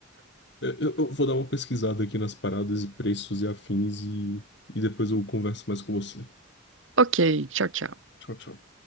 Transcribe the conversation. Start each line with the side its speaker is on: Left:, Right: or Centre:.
Left: Eu, eu- eu vou dar uma pesquisada aqui nas paradas e preços e afins e, e depois eu converso mais com você.
Right: Ok, tchau, tchau.
Left: Tchau, tchau.